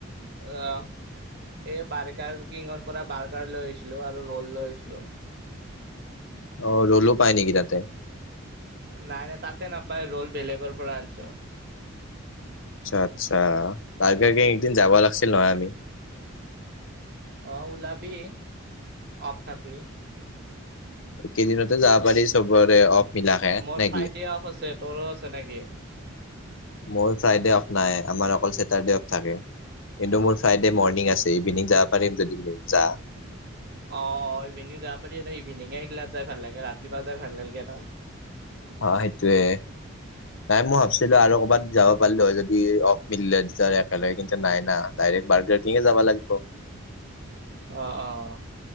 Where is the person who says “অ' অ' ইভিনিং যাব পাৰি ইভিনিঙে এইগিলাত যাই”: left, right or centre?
Right